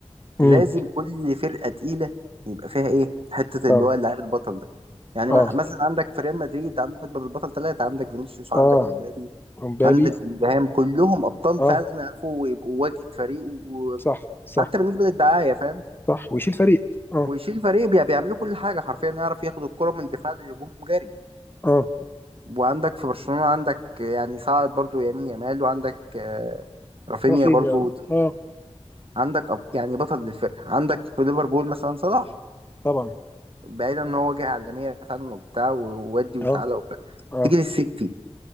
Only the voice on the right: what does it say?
لازم كل فرقة تقيلة يبقى فيها ايه حتة
اللي هو اللاعب البطل ده يعني
م- مثلا عندك في ريال مدريد عندك بدل البطل ثلاثة عندك فينيسيوس وعندك
امبابي
عندك بلينجهام كلهم ابطال
فعلا يعرفوا يبقوا واجهة فريق وحتى
بالنسبة للدعاية فاهم
ويشيل فريق بي- بيعملوا كل حاجه حرفيا يعرف ياخد الكره من دفاع للهجوم جري
وعندك في برشلونه عندك يعني صاعد برضو يمين يامال وعندك آه، رافينيا
برضو
عندك أب- يعني بطل للفرقه عندك في ليفربول مثلا صلاح
بعيدا ان هو جه عالميه فعلا وبتاع وودي وتعالى
وبتاع
تيجي للسيتي